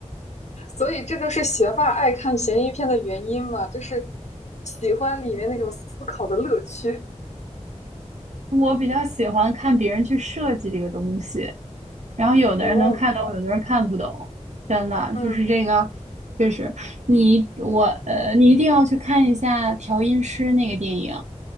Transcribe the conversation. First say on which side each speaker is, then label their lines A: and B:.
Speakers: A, on the left; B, on the right.
A: 所以这就是学霸爱看悬疑片的原因嘛，就是喜欢里面那种思考的乐趣。
B: 我比较喜欢看别人去设计这个东西，然后有的人能看懂，
A: 哦，
B: 有的人看不懂。真的就是这个，
A: 嗯，
B: 确实，你我呃，你一定要去看一下调音师那个电影，
A: 嗯，